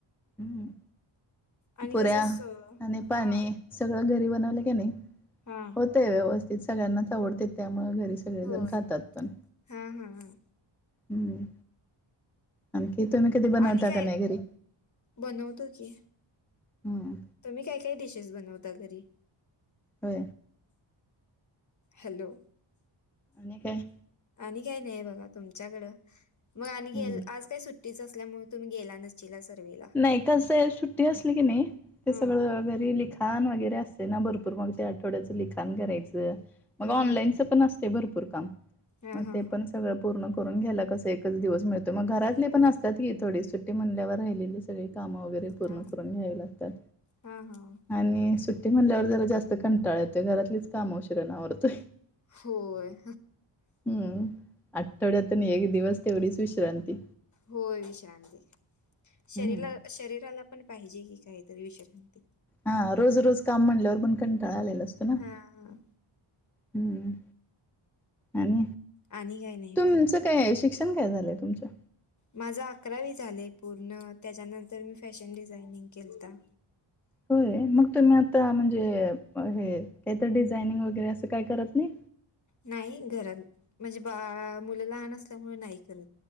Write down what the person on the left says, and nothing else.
आणि
कसं स
हा
हा
होय
हा हा हा
आणि काय
बनवतो की,
तुम्ही काय काय डिशेस बनवता घरी?
हॅलो!
आणि काय नाही बघा तुमच्याकडं मग आणि
आज काय सुट्ट टीच असल्यामुळे तुम्ही गेला नसिला सर्ववेला.
हं.
हां,
हां.
हां,
हां,
हां.
हो.
हां.
हां, हां.
होय.
होय विश्रांती
शरीर-शरीराला पण पाहिजे कि काही. तरी विश्रांती.
हां, हां.
आणि काय नाही
बघा.
माझं अकरावी झालंय पूर्ण त्याच्यानंतर मी फॅशन डिझायनिंग केलता.
नाही घरात म्हणजे बा मुलं लहान असल्यामुळे नाही करत.